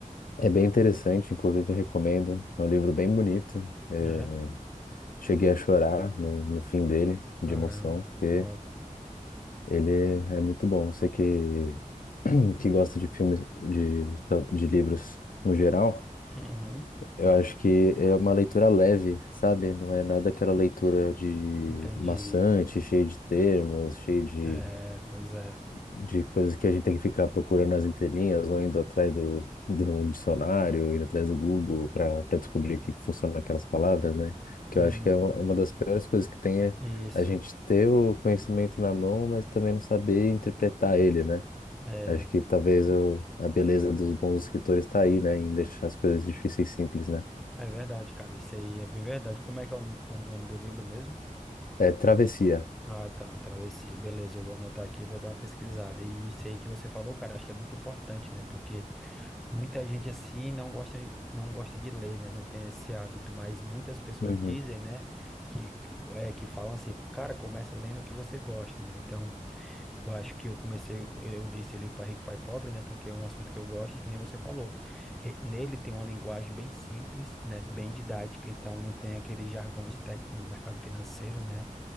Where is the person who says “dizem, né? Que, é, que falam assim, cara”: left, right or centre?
Centre